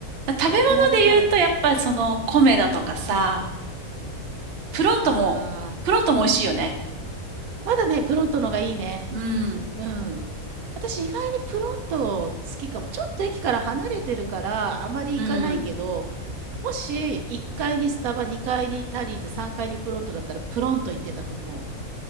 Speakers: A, on the right (about 50°); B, on the right (about 75°).
A: 食べ物で言うと、
B: そう、比べたらってな。
A: やっぱりその、米だとかさ、プロントも、
B: ああ、
A: プロントも美味しいよね。
B: まだね、プロントのがいいね。
A: うん。
B: うん。私、意外にプロント好きかも。ちょっと駅から離れてるから、あまり行かないけど、
A: うん。
B: もし1階にスタバ、2階にタリーズ、3階にプロントだったら、プロント行ってたと思